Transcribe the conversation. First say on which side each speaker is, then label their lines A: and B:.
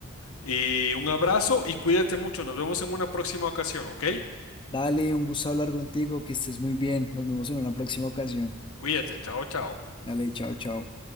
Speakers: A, on the left; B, on the left.
A: Y un abrazo y cuídate mucho. Nos vemos en una próxima ocasión, ¿ok?
B: Dale, un gusto hablar contigo, que estés muy bien. Nos vemos en una próxima ocasión.
A: Cuídate. Chao, chao.
B: Dale, chao, chao.